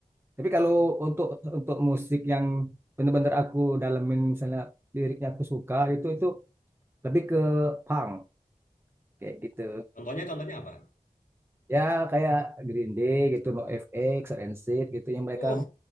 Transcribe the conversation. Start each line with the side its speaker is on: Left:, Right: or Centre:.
Right: Tapi kalau untuk untuk musik yang bener-bener aku dalemin misalnya liriknya aku suka itu itu lebih ke punk kayak gitu.
Left: Contohnya contohnya apa?
Right: Ya kayak Green Day gitu, NoFX, Rancid gitu yang mereka
Left: Uh,